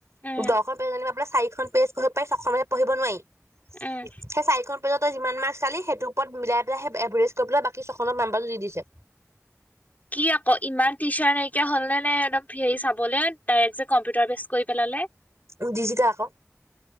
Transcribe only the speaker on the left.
উম,
উম,
কি আকৌ ইমান <unintelligible> নাই তো হ'ল নে নে একদম হেৰি চাবলে ডাইৰেক্ট যে কম্পিউটাৰ বেচ কৰি পেলালে